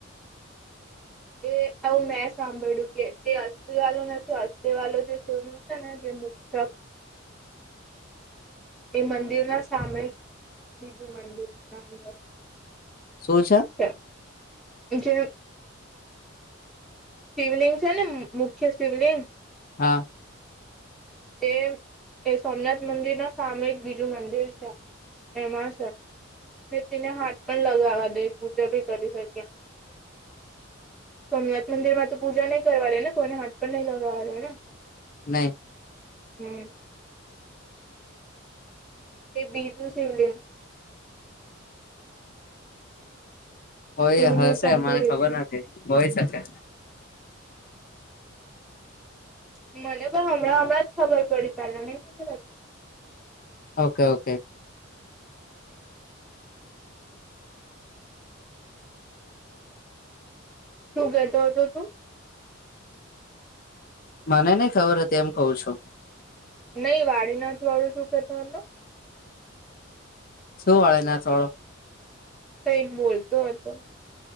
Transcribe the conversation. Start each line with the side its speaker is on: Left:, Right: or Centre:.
Centre: એ આવું મેં સાંભળ્યું કે તે અસલી વાલુ નથી અસલી વાલુ જે શિવલીંગ જે મુખ્ય એ મંદિર ના સામે છે. બીજું મંદિર નાનુ એવુ
Left: શું છે?
Centre: <unintelligible> શિવલિંગ છે ને મુખ્ય શિવલિંગ
Left: હા
Centre: એ એ સોમનાથ મંદિર ના સામે એક બીજું મંદિર છે. એમાં છે. મે તેને હાથ પણ લગાવવા દઈ પૂજા ભી કરી શકી સોમનાથ મંદિર માં તો પૂજા નહીં કરવા દે ને કોઈને હાથ પણ નય લગાવવા દે ને
Left: નહી
Centre: હમ એ બીજું શિવલિંગ છે
Left: હોય
Centre: એવું
Left: હશે
Centre: મેં સાંભળ્યું
Left: મને ખબર
Centre: હતું.
Left: નથી હોય શકે
Centre: મને પણ હમણાં હમણાં જ ખબર પડી પહેલા નથી
Left: ઓકે ઓકે
Centre: શું કહેતો હતો તું?
Left: મને નઈ ખબર એમ કહુ છું.
Centre: નહી વાડીનાથ વાળું શું કહેતો હતો?
Left: શું વાળીનાથ વાળુ?
Centre: કંઈક બોલતો હતો